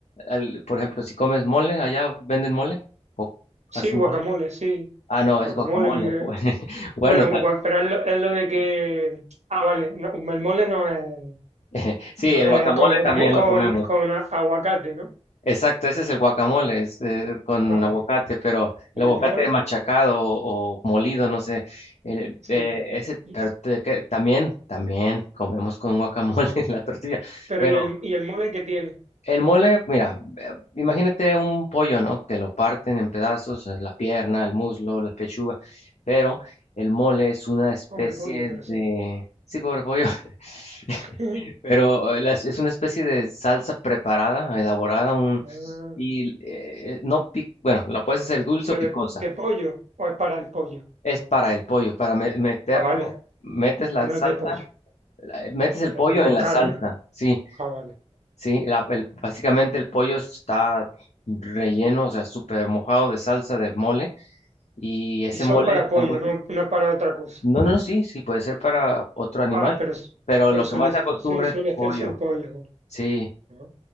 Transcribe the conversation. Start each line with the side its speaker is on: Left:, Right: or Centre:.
Left: Al- por ejemplo, si comes mole, allá venden mole o
Right: Sí,
Left: hacen
Right: guacamole,
Left: mole.
Right: sí.
Left: Ah, no, es
Right: Guacamole,
Left: guacamole.
Right: me-
Left: <laughs> Bueno,
Right: bueno,
Left: ta-
Right: gua- pero es lo, es lo de que... Ah, vale, no, el mole no es,
Left: <laughs> sí,
Right: no
Left: el
Right: es
Left: guacamole
Right: con guacamole,
Left: también lo comemos.
Right: con, con a- aguacate, ¿no?
Left: Exacto, ese es el guacamole, es, eh, con
Right: Vale,
Left: aguacate, pero
Right: y
Left: el aguacate
Right: el mole,
Left: machacado o, o molido, no sé. El-
Right: sí.
Left: eh, ese,
Right: Y-
Left: pero te- que- también, también comemos con guacamole <laughs> en la tortilla,
Right: pero
Left: pero
Right: ¿y el, y el mole qué tiene?
Left: El mole, mira, eh, imagínate un pollo, ¿no? Que lo parten en pedazos, eh, la pierna, el muslo, la pechuga, pero el mole es una especie
Right: Pobre pollo, pero sí.
Left: de... Sí, pobre pollo, <laughs>
Right: <laughs>
Left: pero eh, las- es una especie de salsa preparada, elaborada, un...
Right: Ah,
Left: y eh, no pic... bueno, la puedes hacer dulce
Right: pero
Left: o picosa.
Right: de, de pollo o es para el pollo.
Left: Es para el pollo, para me- meterlo,
Right: Ah, vale.
Left: metes la
Right: que no
Left: salsa,
Right: es de pollo,
Left: la- metes el
Right: en,
Left: pollo
Right: en
Left: en la
Right: carne.
Left: salsa, sí.
Right: Ah, vale.
Left: Sí, la- el- básicamente el pollo está relleno, o sea, súper mojado de salsa de mole y ese
Right: Y solo
Left: mole
Right: para
Left: está
Right: pollo,
Left: muy
Right: no,
Left: rico.
Right: no para otra cosa.
Left: No, no, no, sí, sí, puede ser para otro animal,
Right: Ah, pero, s-
Left: pero
Right: pero
Left: lo que
Right: suele,
Left: más se
Right: su-
Left: acostumbra
Right: suele
Left: es
Right: hacerse
Left: pollo.
Right: en pollo. vale.
Left: Sí.
Right: Ah,